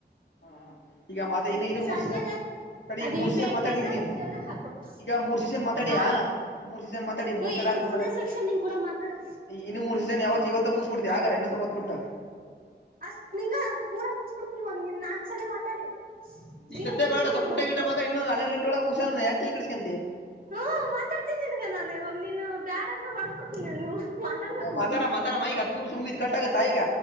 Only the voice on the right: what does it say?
ಆದ್ಮೇಲೆ
ಅದು
ಯು
ಪಿ ಐ
ಕೇಳ್ದಾಗ
ಕೇಳ್ದಾಗ ಹಾಕ್ಬೇಕು
ಹಾ
ಹ್ಮ
ಇದು ಮೂರನೇ
ಸೆಕ್ಷನ್ ನಿನ್ ಕೂಡ ಮಾತಾಡೋದು
ಅಷ್ಟ ನಿಂಗ ಪೂರ ಮುಗಿಸ್ ಬಿಡ್ತೀನಿ ನಿನ್ನ್ ನಾಲ್ಕು ಸಲಿ ಮಾತಾಡಿ
ಜೀವ
ತಿಂತೀನಿ
ನಿನಗ
ಹ್ಮ್ ಮಾತಾಡ್ತೀನಿ ನಿನಗೆ ನಾನ್ ಇವಾಗ ನೀನು ಬ್ಯಾಡ ಅಂದ್ರೆ ಹೊಡೆದ್ ಬಿಡ್ತೀನಿ ನಾನು ಮಾತಾಡ್ಬೇಕ್
ನೀನ್
ಬಿಡು